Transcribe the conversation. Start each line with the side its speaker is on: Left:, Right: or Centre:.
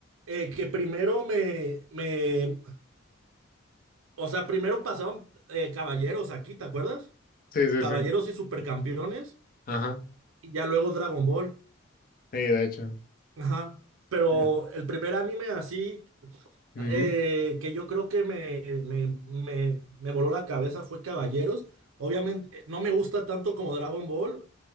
Right: eh, que primero me, me, o sea, primero pasaron eh, Caballeros aquí, ¿te acuerdas?
Left: Sí, sí,
Right: Caballeros
Left: sí.
Right: y Supercampeones,
Left: Ajá.
Right: y ya luego Dragon Ball.
Left: Sí, de hecho.
Right: Ajá. Pero
Left: Ya.
Right: el primer anime así Ah,
Left: Ujú.
Right: Eh, que yo creo que me, me, me, me voló la cabeza fue Caballeros. Obviamente, eh, no me gusta tanto como Dragon Ball,